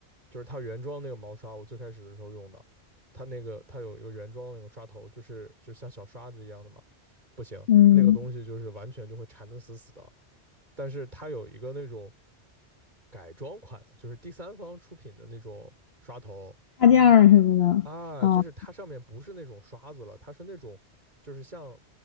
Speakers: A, on the right; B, on the left.
A: 就是它原装那个毛刷，我最开始的时候用的，它那个它有一个原装的那个刷头，就是就像小刷子一样的嘛，不行，
B: 嗯，
A: 那个东西就是完全就会缠得死死的。但是它有一个那种改装款的，就是第三方出品的那种刷头，
B: 插件儿什么的。
A: 是啊，
B: 哦，
A: 就是它上面不是那种刷子了，它是那种就是像